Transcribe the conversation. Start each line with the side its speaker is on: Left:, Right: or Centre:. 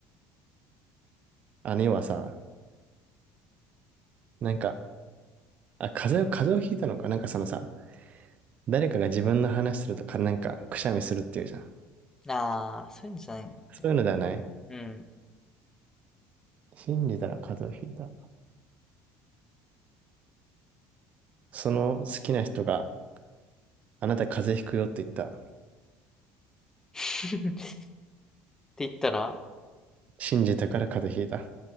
Right: あの、要はさ、なんか、あ、風邪を、風邪をひいたのか。なんかそのさ、誰かが自分の話するとか、なんか、くしゃみするっていうじゃん。
Left: ああー、そういうのじゃないの。
Right: そういうのではない
Left: でもうん。
Right: 信じたら風邪をひいた。その好きな人があなた風邪ひくよって言った。
Left: <laughs> って言ったら、
Right: 信じたから風邪ひいた。